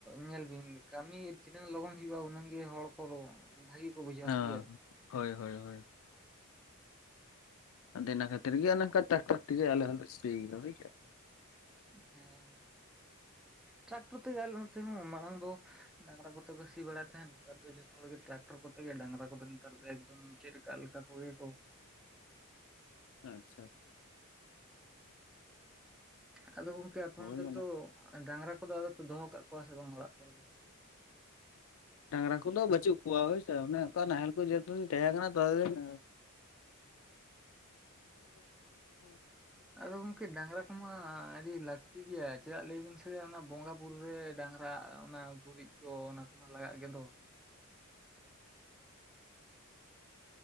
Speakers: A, in the centre; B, on the left (about 65°).
A: ᱧᱮᱞ ᱵᱤᱱ ᱠᱟᱹᱢᱤ ᱛᱤᱱᱟᱹᱜ ᱞᱚᱜᱚᱱ ᱦᱩᱭᱩᱜᱼᱟ ᱩᱱᱟᱹᱜ ᱜᱮ ᱦᱚᱲ ᱠᱚ ᱵᱷᱟᱹᱜᱤ ᱠᱚ ᱵᱩᱡᱷᱟᱹᱣᱟ
B: ᱦᱟ
A: ᱥᱮ ᱪᱮᱫ
B: ᱦᱳᱭ ᱦᱳᱭ ᱦᱳᱭ᱾ ᱟᱫᱚ ᱤᱱᱟ ᱠᱷᱟᱹᱛᱤᱨ ᱜᱮ ᱚᱱᱮ ᱚᱱᱠᱟ ᱴᱟᱠᱴᱟᱨ ᱛᱮᱜᱮ ᱟᱞᱮ ᱦᱚᱞᱮ ᱥᱤᱜᱮᱭᱟ ᱦᱩᱭ ᱥᱮ᱾
A: ᱦᱮᱸ ᱴᱨᱟᱠᱴᱚᱨ ᱛᱮᱜᱮ ᱟᱞᱮ ᱱᱚᱱᱛᱮ ᱦᱚᱸ ᱢᱟᱲᱟᱝ ᱫᱚ ᱰᱟᱝᱨᱟ ᱠᱚᱛᱮ ᱠᱚ ᱥᱤ ᱵᱟᱲᱟᱭ ᱛᱟᱦᱮᱸᱱ ᱱᱮᱛᱟᱨ ᱫᱚ ᱡᱷᱚᱛᱚ ᱦᱚᱲ ᱜᱮ ᱴᱨᱟᱠᱴᱚᱨ ᱠᱚᱛᱮ ᱜᱮ ᱰᱟᱝᱨᱟ ᱠᱚᱫᱚ ᱱᱮᱛᱟᱨ ᱫᱚ ᱮᱠᱫᱚᱢ ᱪᱮᱫ ᱠᱟᱞᱠᱟ ᱠᱚ ᱤᱭᱟᱹ ᱠᱚ
B: ᱟᱪᱷᱟ᱾
A: ᱟᱫᱚ ᱜᱚᱝᱠᱮ ᱟᱯᱮ
B: ᱦᱳᱭ
A: ᱱᱚᱱᱚᱛ
B: ᱚᱱᱮ
A: ᱫᱚ ᱰᱟᱝᱨᱟ ᱠᱚᱫᱚ ᱟᱫᱚᱯᱮ ᱫᱚᱦᱚ ᱠᱟᱜ ᱠᱚᱣᱟ ᱥᱮ ᱵᱟᱝ ᱚᱲᱟᱜ ᱠᱚᱨᱮ ᱫᱚ?
B: ᱰᱟᱝᱨᱟ ᱠᱚᱫᱚ ᱵᱟᱪᱩᱜ ᱠᱚᱣᱟ ᱦᱳᱭᱥᱮ ᱚᱱᱮ ᱚᱱᱠᱟ ᱱᱟᱦᱮᱞ ᱠᱚ ᱡᱚᱠᱷᱚᱱ ᱛᱟᱦᱮᱸ ᱠᱟᱱᱟ ᱛᱚᱛᱚ ᱫᱤᱱ <unintelligible> <inaudible>
A: ᱟᱫᱚ ᱜᱚᱝᱠᱮ ᱰᱟᱝᱨᱟ ᱠᱚᱢᱟ ᱟᱹᱰᱤ ᱞᱟᱹᱠᱛᱤ ᱜᱮᱭᱟ ᱪᱮᱫᱟᱜ ᱞᱟᱹᱭᱵᱤᱱ ᱥᱮ ᱚᱱᱟ ᱵᱚᱸᱜᱟ ᱵᱩᱨᱩ ᱨᱮ ᱰᱟᱝᱨᱟ ᱫᱟᱜ ᱚᱱᱟ ᱜᱩᱨᱤᱡ ᱠᱚ ᱚᱱᱟ ᱠᱚᱢᱟ ᱞᱟᱜᱟᱜ ᱜᱮᱫᱚ᱾